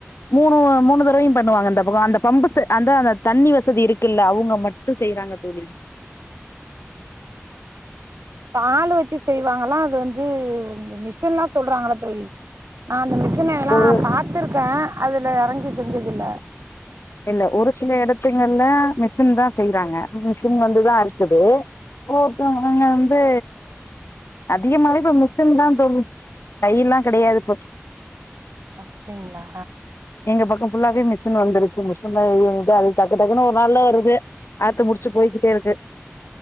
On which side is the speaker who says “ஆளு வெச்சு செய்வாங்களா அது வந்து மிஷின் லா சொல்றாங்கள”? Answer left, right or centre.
Right